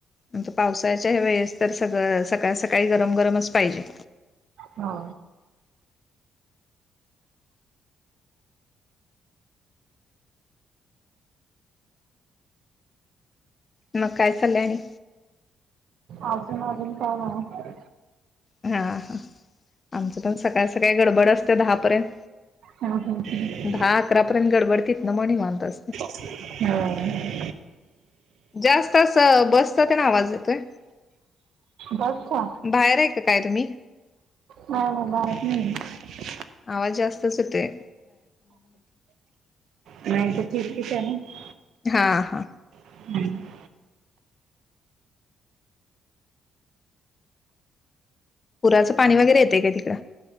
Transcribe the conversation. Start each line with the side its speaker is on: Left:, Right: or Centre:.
Left: आता पावसाळच्या वेळेस तर सळ सकाळ सकाळी गरम गरमच पाहिजे.
Right: हा.
Left: मग काय चालं आणि
Right: <inaudible> अजून अजून का <inaudible>
Left: हा हा आमचं पण सकाळ सकाळी गडबड असते दहापर्यंत.
Right: हं हं हं.
Left: दहा अकरापर्यंत गडबड ती त ना मणी माणत असतेय.
Right: हा.
Left: जास्त अस बसचा ते ना आवाज येतोय.
Right: बसचा.
Left: बाहेर आहे का काय तुम्ही.
Right: हा बा <inaudible>
Left: आवाज जास्तच होतोय.
Right: नाही ते खिडकीचा आहे ना <inaudible>
Left: हा हा.
Right: ह <inaudible>
Left: पुराचं पाणी वगैरे येतय का तिकड